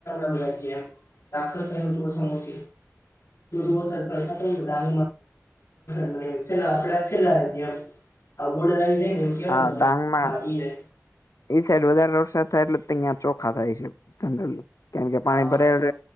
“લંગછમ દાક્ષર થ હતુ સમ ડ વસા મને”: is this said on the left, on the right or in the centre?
Left